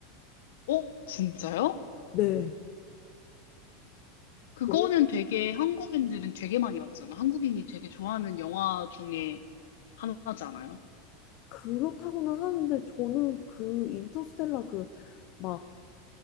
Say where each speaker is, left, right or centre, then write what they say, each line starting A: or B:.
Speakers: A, on the left; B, on the left.
A: 어, 진짜요?
B: 네.
A: 그거는
B: 너무
A: 되게 한국인들은 되게 많이 봤잖아. 한국인이 되게 좋아하는 영화 중에 하나잖아요.
B: 그렇다고는 하는데 저는 그 인터스텔라 그막